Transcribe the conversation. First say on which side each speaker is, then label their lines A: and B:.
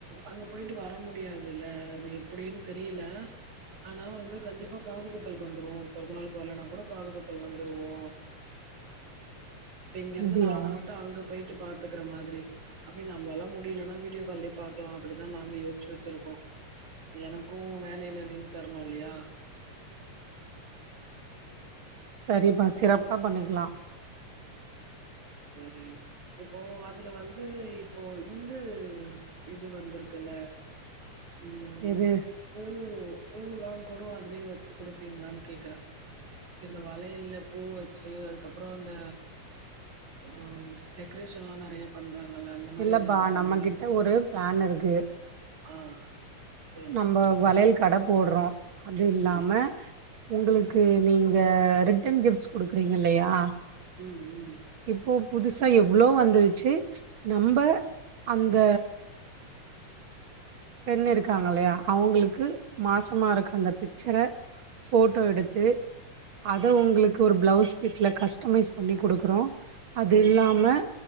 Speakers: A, on the right; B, on the right.
A: அங்க போயிட்டு வர முடியாதுல்ல அது எப்டினு தெரியல ஆனா வந்து கண்டிப்பா காது குத்தலுக்கு வந்துடுவோ பிறந்த நாளுக்கு வரலைன்னா கூட காது குத்தல்க்கு வந்துடுவோ இப்ப இங்கிருந்து
B: அப்டியா
A: நாம மட்டு அங்க போயிட்டு பாத் துக்குற மாதிரி அப்டி நம்மளாலா முடியலைன்னா வீடியோ கால்லயே பாக்கலா அப்டிதா நாங்க யோசிச்சு வச்சிருக்கோ எனக்கு வேலையில லீவ் தரணு இல்லையா
B: செரிப்பா சிறப்பா பண்ணிக்கலா
A: செரி இப்போ அதுல வந்து இப்போ இந்து இது வந்திருக்குல்ல ம்
B: எது
A: பூ பூலா கூட அதுலயே வச்சு குடுப்பீங்களான்னு கேக்குறா இந்த வளையல்ல பூ வச்சு அதுக்கப்புறோ அந்த ம் டெக்ரேஷன்லா நெறைய பண்றாங்கல்ல அந்த மாரி
B: இல்லப்பா
A: ஏதாவது பண்ணி
B: நம்ம
A: தர
B: கிட்ட ஒரு பிளான் இருக்கு
A: ஆ சொல்லுங்
B: நம்ப வளையல் கட போடுறோ அது இல்லாம
A: ம்.
B: உங்களுக்கு நீங்க ரிட்டன் கிஃப்ட்ஸ் குடுக்குறீங்க இல்லையா
A: ம் ம்
B: இப்போ புதுசா எவ்ளோ வந்துருச்சு நம்ப அங்க பெண் இரு க்காங்கல்லையா அவுங்களுக்கு மாசமா இருக்க அந்த பிச்சர ஃபோட்டோ எடுத்து அத உங்களுக்கு ஒரு ப்ளவுஸ் பிட்ல கஸ்டமைஸ் பண்ணி குடுக்றோ அது
A: ம்.
B: இல்லாம